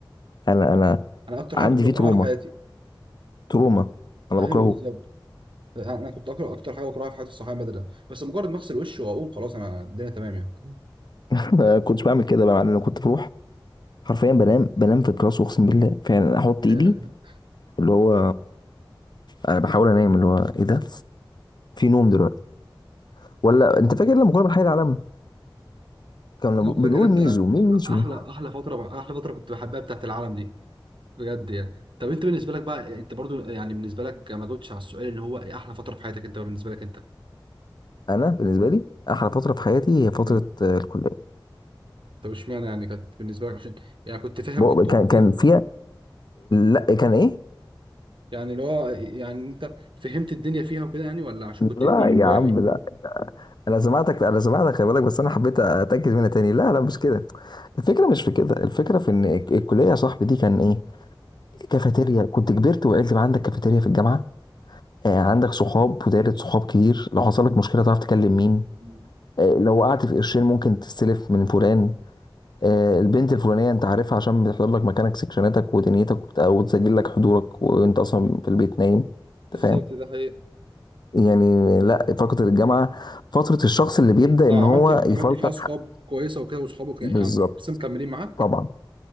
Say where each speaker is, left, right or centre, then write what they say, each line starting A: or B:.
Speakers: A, on the left; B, on the right.
A: انا انا
B: انا اكتر
A: عندي
B: حاجه كنت بكرهها
A: فيه تروما
B: في حياتي
A: تروما انا
B: ايوه
A: بكرهه
B: بالظبط انا كنت اقرا اكتر حاجه بكرهها في حياتي الصحابه بدله بس مجرد ما اغسل وشي واقوم خلاص انا الدنيا تمام يعني
A: <laughs> ما كنتش بعمل كده بقى مع ان انا كنت بروح حرفيا بنام بنام في الكلاس اقسم بالله فعلا احط
B: <laughs>
A: ايدي اللي هو انا بحاول انام اللي هو ايه ده في نوم دلوقتي ولا
B: ايوه
A: انت فاكر لما كنا بنحيي العالم كنا
B: والله
A: بنقول
B: فاكر انت
A: ميزو مين ميزو
B: احلى احلى فتره احلى فتره كنت بحبها بتاعت العالم دي بجد يعني طب انت بالنسبه لك بقى انت برضو يعني بالنسبه لك ما جاوبتش على السؤال اللي هو ايه احلى فتره في حياتك انت بالنسبه لك انت
A: انا بالنسبه لي احلى فتره في حياتي هي فتره
B: ايوه
A: آه، الكليه
B: طب اشمعنى يعني كانت بالنسبه لك عشان يعني كنت فاهم
A: بق-
B: اكتر
A: كان
B: وكده
A: كان فيها لا كان ايه
B: يعني اللي هو يعني انت فهمت الدنيا فيها وكده يعني ولا عشان كنت
A: لا
B: كبير
A: يا
B: وواعي
A: عم لا انا سمعتك انا سمعتك خلي بالك بس انا حبيت اتاكد منها تاني لا لا مش كده الفكره مش في كده الفكره في ان الك- الكليه يا صاحبي دي كان ايه كافيتيريا كنت كبرت وعقلت بقى عندك كافيتيريا في الجامعه آه، عندك صحاب ودايره صحاب كتير لو حصل لك مشكله تعرف تكلم مين
B: امم
A: آه، لو وقعت في قرشين ممكن تستلف من فلان آه، البنت الفلانيه انت عارفها عشان بتحضر لك مكانك سكشناتك ودنيتك وبت- وتسجل لك حضورك وانت اصلا في البيت نايم
B: بالظبط
A: انت فاهم
B: ده حقيقي
A: يعني لا فتره الجامعه فتره الشخص اللي بيبدا
B: اه
A: ان
B: عملت
A: هو يفلتر
B: عملت فيها اصحاب
A: حق-
B: كويسه وكده واصحابك
A: بالظبط
B: يعني لسه مكملين معاك
A: طبعا